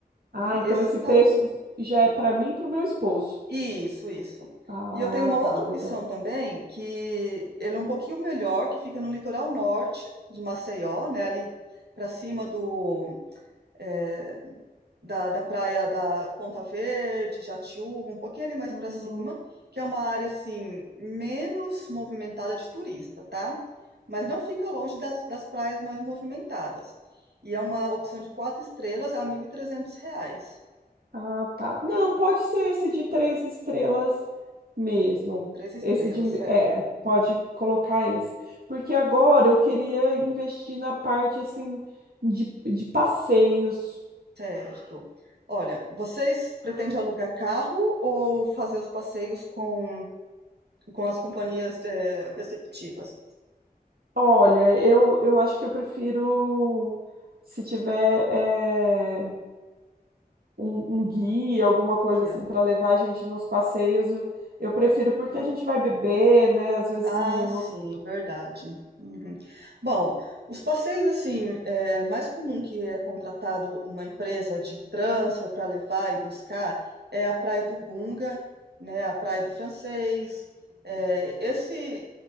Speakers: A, on the right; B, on the right.
A: Ah,
B: né.
A: então
B: Ah, Esse
A: esse
B: tá
A: preço já é para mim e para o meu esposo.
B: isso, isso.
A: Ah,
B: E eu tenho uma
A: tá,
B: outra
A: legal.
B: opção também, que ele é um pouquinho melhor, que fica no litoral norte de Maceió, né, ali para cima do, eh, da, da praia da Ponta Verde, Jatiúca, um pouquinho ali mais
A: Hum.
B: para cima, que é uma área assim menos movimentada de turista, tá? Mas não fica longe das, das praias mais movimentadas. E é uma opção de quatro estrelas a 1.300 reais.
A: Ah, tá. Não, pode ser esse de três estrelas mesmo.
B: Três estrelas,
A: Esse de,
B: certo?
A: é, pode colocar esse. Porque agora eu queria investir na parte assim de, de passeios.
B: Certo. Olha, vocês pretendem alugar carro ou fazer os passeios com, com as companhias eh, receptivas?
A: Olha, eu, eu acho que eu prefiro se tiver é, um, um guia, alguma coisa
B: Guia.
A: assim para levar a gente nos passeios, eu, eu prefiro porque
B: Uhum.
A: a gente vai beber, né? Às vezes
B: Ah,
A: não,
B: sim, verdade. Uhum. Bom, os passeios assim, é mais comum que é contratado uma empresa de transfer para levar e buscar é a Praia do Gunga, né, a Praia do Francês. É, esse